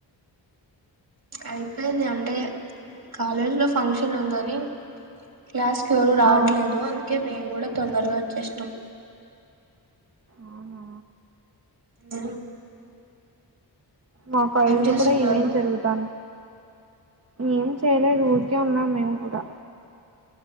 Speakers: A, on the right; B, on the right.
A: అయిపోయింది అంటే కాలేజీలో ఫంక్షన్ ఉందని క్లాస్ కి ఎవరు రావట్లేదు
B: ఆ
A: అందుకే మేము కూడా తొందరగా వచ్చేసినం
B: అవునా
A: ఆ
B: మా కాలేజీలో
A: చేస్తున్నారు
B: కూడా ఇవేం జరుగుతా ఏం చేయలేదు ఊరికే ఉన్నాం మేము కూడా